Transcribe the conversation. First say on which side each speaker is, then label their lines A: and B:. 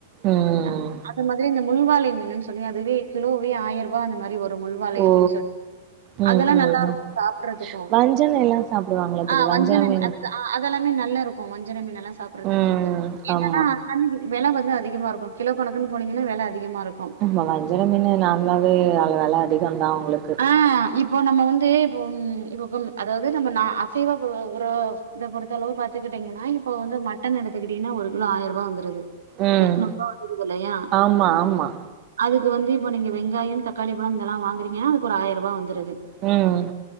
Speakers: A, on the right; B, on the right.
A: ம்
B: ஆ அதுமாதிரி நம் முல்வாலை மீனுன் சொல்லி அதுவே கிலோவே ஆயரூபா அந்தமாரி வரு முல்வாலை
A: ஓ
B: அப்டின் சொல்
A: ம்
B: அதெல்லா
A: ம்
B: நல்லாருக்கு
A: ம்
B: சாப்பட்றதுக்கு
A: வஞ்சன எல்லா சாப்டுவாங்களா தோழி
B: ஆ வஞ்சன
A: வஞ்சர மீனு
B: அதுதா ஆ அதெல்லாமே நல்லாருக்கு வஞ்சர மீன்லா சாப்பறதுக்கு
A: ம்
B: என்னன்னா
A: ஆமா
B: ஆனாலு இ வெல வந்து அதிகமா இருக்கு கிலோ கணக்குன் போனீங்கன்னா வெல அதிகமா இருக்கு
A: ஆமா வஞ்சர மீனு நார்மலாவே அதுல வெல அதிகோதா உங்குளுக்கு
B: ஆ இப்போ நம்ம வந்து இப்போ இப்ப அதாவ்து நம்ம நா அசைவ பொருள் ஒரு இத பொறுத்த அளவு பாத்துக்கிட்டீங்கன்னா இப்ப வந்து மட்டன் எடுத்துக்கிட்டீங்கன்னா ஒரு கிலோ ஆயரூபா வந்துருது
A: ம்
B: எட்நூறுபா வந்துருதில்லையா
A: ஆமா ஆமா
B: அதுக்கு வந்து இப்ப நீங்க வெங்காயம் தக்காளி பழம் இதெல்லா வாங்குறீங்கன்னா அதுக்கு ஒரு ஆயிரூபா வந்துருது
A: ம்